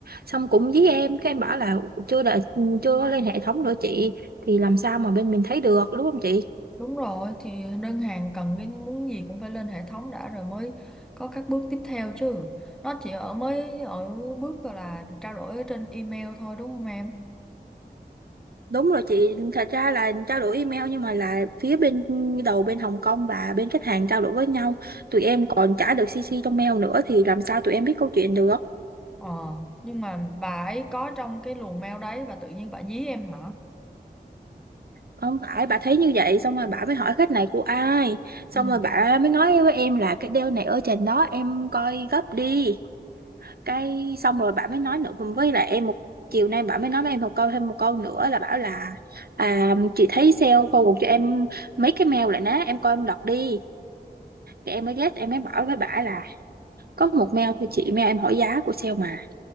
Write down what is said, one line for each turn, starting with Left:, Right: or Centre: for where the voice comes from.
Right: xong cũng với em cái em bảo là chưa đợi chưa có lên hệ thống nữa chị thì làm sao mà bên mình thấy được đúng không chị
Centre: Đúng rồi, thì đơn hàng cần cái muốn gì cũng phải lên hệ thống đã rồi mới có các bước tiếp theo chứ. Nó chỉ ở mới ở bước gọi là trao đổi ở trên email thôi đúng không em?
Right: đúng rồi chị thật ra là trao đổi email nhưng mà là phía bên đầu bên Hồng Kông và bên khách hàng trao đổi với nhau tụi em còn trả được CC trong mail nữa thì làm sao tụi em biết câu chuyện được
Centre: Ờ, nhưng mà bà ấy có trong cái luồng mail đấy và tự nhiên bà dí em hả?
Right: không phải bà thấy như vậy xong rồi bà mới hỏi khách này của ai xong
Centre: Ừ,
Right: rồi bà mới nói với em là cái deal này ở trên đó em coi gấp đi cái xong rồi bà mới nói nữa với lại em một chiều nay bà mới nói với em một câu thêm một câu nữa là bảo là à, chị thấy sale forward cho em mấy cái mail lại nè em coi em đọc đi thì em mới ghét em mới bảo với bà là có một mail thôi chị mail em hỏi giá của sale mà